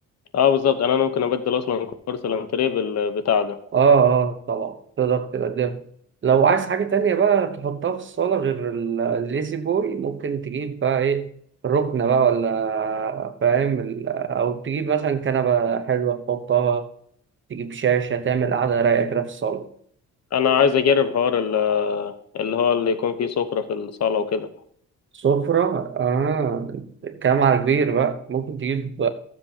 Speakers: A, on the left; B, on the right.
A: اه بالظبط انا أنا ممكن ابدل اصلا كرسي الانتريه بالبتاع ده
B: آه آه طبعا تقدر تقدمه لو عايز حاجة تانية بقى تحطها في الصالة غير ال- الليسي بوي ممكن تجيب بقى إيه ركنة بقى ولا فاهم ال- أو تجيب مثلا كنبة حلوة تحطها تجيب شاشة تعمل قعدة رايقة كده في الصالة
A: انا عايز اجرب حوار ال- اللي هو اللي يكون فيه سفرة في الصالة وكده
B: سفرة آه كلام على كبير بقى ممكن تجيب